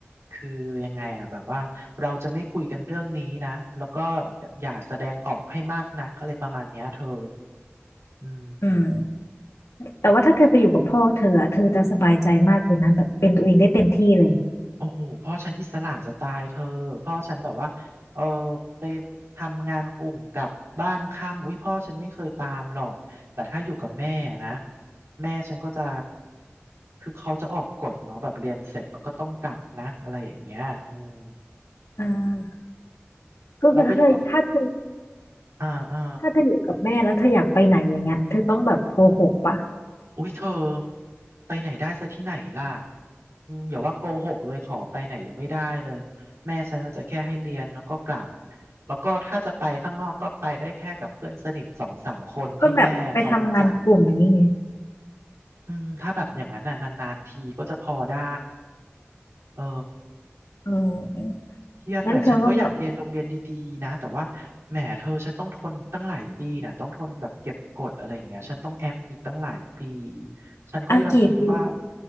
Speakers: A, on the right (about 70°); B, on the left (about 85°).
A: คือยังไงอ่ะแบบว่าเราจะไม่คุยกันเรื่องนี้นะแล้วก็อย่าแสดงออกให้มากนักอะไรประมาณเนี้ยเธออืม
B: อืมแต่ว่าถ้าเธอไปอยู่กับพ่อเธออะเธอจะสบายใจมากเลยนะแบบเป็นตัวเองได้เต็มที่เลย
A: โอ้โหพ่อฉันอิสระจะตายเธอพ่อฉันแบบว่าเออไปทำงานกลุ่มกลับบ้านค่ำอุ้ยพ่อฉันไม่เคยตามหรอกแต่ถ้าอยู่กับแม่นะแม่ฉันก็จะคือเขาจะออกกฎเนาะแบบเรียนเสร็จแล้วก็ต้องกลับนะอะไรอย่างเงี้ยอืม
B: อ่าก็คือถ้าเธอถ้าเธอ
A: แล้วไปอยู่กับอ่าอ่า
B: ถ้าเธออยู่กับแม่แล้วเธออยากไปไหนอย่างเงี้ยเธอต้องแบบโกหกปะ
A: อุ้ยเธอไปไหนได้ซะที่ไหนล่ะอืมอย่าว่าโกหกเลยขอไปไหนยังไม่ได้เลยแม่ฉันจะแค่ให้เรียนแล้วก็กลับแล้วก็ถ้าจะไปข้างนอกก็ไปได้แค่กับเพื่อนสนิทสองสามคนที่แม่เขารู้จัก
B: ก็แบบไปทำงานกลุ่มนี้ไง
A: อืมถ้าแบบอย่างนั้นน่ะนานๆทีก็จะพอได้เออ
B: เออ
A: เครียดเลยฉันก็อยากเรียนโรงเรียนดีๆนะแต่ว่าแหมเธอฉันต้องทนตั้งหลายปีน่ะต้องทนแบบเก็บกดอะไรอย่างเงี้ยฉันต้องแอบอีกตั้งหลายปี
B: นั้นเธอก็แบบ
A: ฉันก็ยังคิดว่า
B: อ่ะกี่ปี